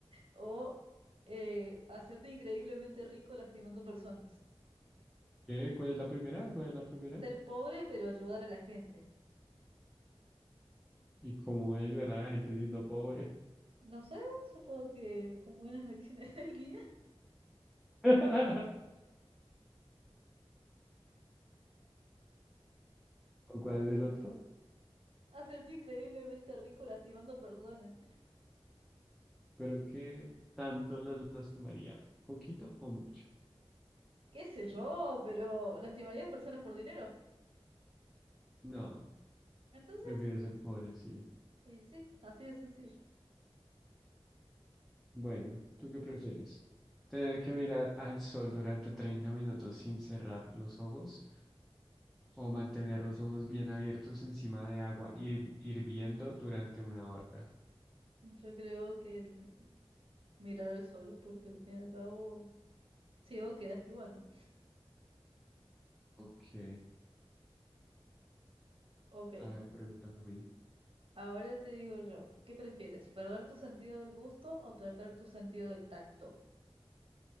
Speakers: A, on the right; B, in the centre.
A: o eh, hacerte increíblemente rico lastimando personas?
B: ¿Qué? ¿Cuál es la primera? ¿Cuál es la primera?
A: Ser pobre pero ayudar a la gente.
B: ¿Y cómo voy a ayudar a la gente siendo pobre?
A: No sé, supongo que con buenas acciones <laughs> del día,
B: <laughs> ¿O cuál es el otro?
A: hacerte increíblemente rico lastimando personas.
B: Pero ¿qué tanto las lastimaría? ¿Poquito o mucho?
A: qué sé yo, pero lastimarías personas por dinero.
B: No,
A: Entonces,
B: prefiero ser pobre, sí.
A: y sí, así de sencillo.
B: Bueno, ¿tú qué prefieres? ¿Tener que mirar al sol durante 30 minutos sin cerrar los ojos o mantener los ojos bien abiertos encima de agua hir- hirviendo durante una hora?
A: Yo creo que el mirar al sol, porque al fin y al cabo, ciego quedas igual, ¿no?
B: Ok,
A: Ok,
B: a ver, pregúntame a mí.
A: ahora te digo yo, ¿qué prefieres? ¿Perder tu sentido del gusto o perder tu sentido del tacto?